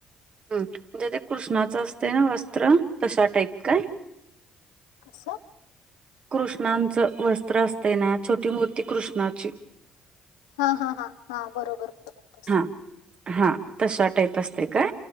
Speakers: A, on the right; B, on the left.
A: हम म्हणजे ते कृष्णाचं असते ना वस्त्र तशा टाईप काय?
B: कसं
A: कृष्णांचं वस्त्र असते ना छोटी मूर्ती कृष्णाची.
B: हा हा हा हा बरोबर बरोबर तस
A: हा
B: आहे.
A: हा तशा टाईप असते काय?